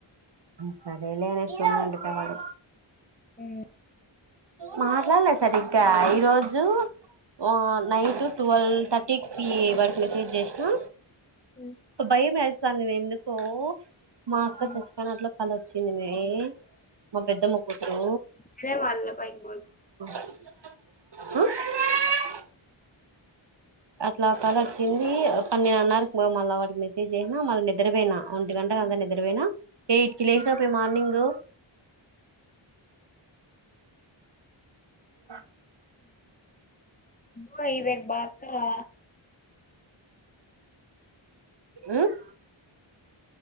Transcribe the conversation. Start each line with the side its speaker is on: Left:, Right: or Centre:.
Right: ఉమ్ సరే లే నేను వండిటేవాడు.
Left: ఉమ్,
Right: మట్లాడలే. సరిగ్గా ఈరోజు ఆహ్ నైట్ ట్వల్వ్ థర్టీ కీ వాడికి మెసేజ్ చేసినా
Left: ఉమ్,
Right: భయమేస్తోంది ఎందు ఓ మా అక్క
Left: ఉమ్.
Right: చచ్చిపోయినట్లు. కాల్ వచ్చింది మే. మా పెద్దమ్మ కూతురు.
Left: చేయ్ మల్ల పైకి పోయి.
Right: ఆహ్. అట్లా కళ వచ్చింది పన్నెండున్నరకి మళ్ళ వాడికి మెసేజ్ చేసిన మళ్ళీ నిద్రపోయినా ఒంటి గంటకి అంతా నిద్రపోయినా ఎయిట్ కి లేచినప్పుడే మార్నింగ్. ఆహ్.
Left: బాయ్ ఇదేర్ బాత్ కరో ఆ.
Right: ఆహ్.